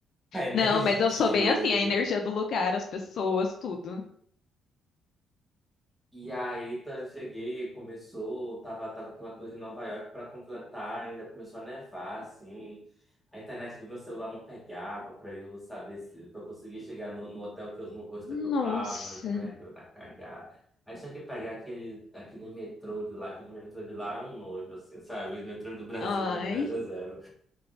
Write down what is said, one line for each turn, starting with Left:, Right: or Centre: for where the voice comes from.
Centre: A energia
Left: Não, mas eu sou bem assim,
Centre: do lugar.
Left: a energia do lugar, as pessoas, tudo.
Centre: E aí tá, cheguei, começou, tava, tava aquela coisa de Nova York pra completar, ainda começou a nevar, assim. A internet do meu celular não pegava pra eu saber se pra eu conseguir chegar no, no hotel que eu, no hostel
Left: Nossa.
Centre: que eu tava, eu digo, é, meu, tá cagado. Aí tinha que pegar aquele, aquele metrô de lá, que o metrô de lá é um nojo, assim, sabe? O metrô do Brasil
Left: Ai.
Centre: não é de 10 a zero